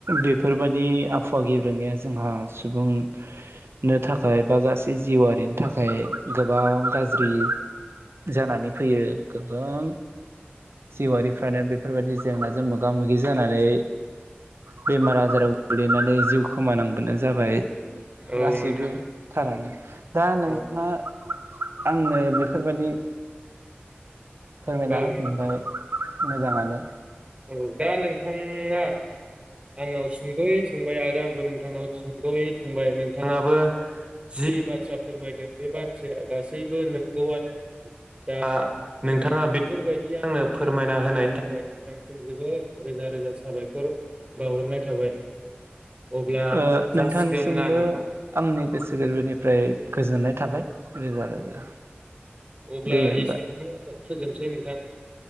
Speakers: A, on the right (about 80°); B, on the right (about 30°).
A: बेफोरबायदि आबहावा गेब्रेनाया जोंहा सुबुं नो थाखाय बा गासै जिउआरिनि थाखाय गोबां गाज्रि जानानै फैयो गोबां जिउआरि बेफोरबायदि जेंनाजों मोग गा मोगि जानानै बेमार आजाराव गोग्लैनानै जिउ खोमानांबोनो जाबाय
B: औ
A: गासैबो
B: नोंथां
A: थारैनो। दा नोंथाङा
B: औ
A: आंनो बेफोरबायदि फोरमायना
B: औ
A: होफिनबाय। मोजाङानो
B: औ दा नोंथाङा आंनाव सुंद'यै सोंबाय आरो आंबो नोंथांनाव सुंद'यै सोंबाय नोंथाङाबो जि बाथ्रा फोरमायदों बे बाथ्राया गासैबो नंगौआनो दा नोंथाङा बेफोरबायदि आंनो फोरमायना होनायनि थाखाय नोंथांनिसिम जोबोर रोजा रोजा साबायखर बावहरनाय थाबाय। अब्ला
A: ओ
B: जासिगोन
A: नोंथांनिसिमबो
B: ना नोंथां
A: आंनि गोसो गोरबोनिफ्राय गोजोननाय थाबाय। रोजा रोजा
B: अब्ला
A: दे होमबा
B: एसेयावनो फोजोबसै नोंथां